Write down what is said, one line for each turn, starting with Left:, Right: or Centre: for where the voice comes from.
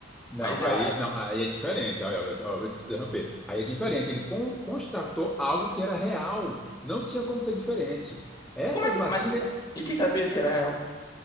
Centre: Não,
Left: Mas, a,
Centre: aí, não, aí é diferente. Ó, ó, ó, eu vou te interromper. Aí é diferente. Ele con- constatou algo que era real. Não tinha como ser diferente. Essas
Left: como é que,
Centre: vacinas,
Left: mas, e quem sabia que era real?